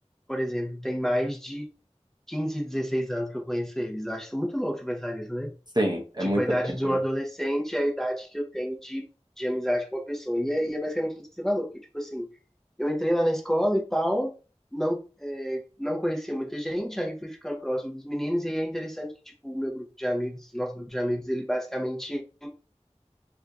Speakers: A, in the centre; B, on the right.
A: por exemplo, tem mais de 15, 16 anos que eu conheço eles. Eu acho isso muito louco você pensar nisso, né?
B: Sim, é
A: Tipo,
B: muito
A: a idade
B: tempo,
A: de um
B: né?
A: adolescente é a idade que eu tenho de, de amizade com a pessoa. E aí é basicamente isso que você falou, porque, tipo assim, eu entrei lá na escola e tal, não, é, não conhecia muita gente, aí fui ficando próximo dos meninos, e aí é interessante que, tipo, o meu grupo de amigos, nosso grupo de amigos, ele basicamente,